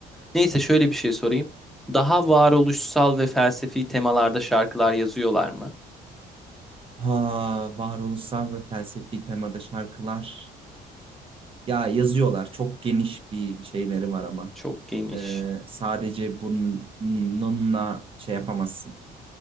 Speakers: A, in the centre; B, on the right.
A: Neyse şöyle bir şey sorayım. Daha varoluşsal ve felsefi temalarda şarkılar yazıyorlar mı?
B: Ha, varoluşsal ve felsefi temada şarkılar. Ya yazıyorlar. Çok geniş bir şeyleri var ama.
A: Çok geniş.
B: Ee, sadece bununla şey yapamazsın.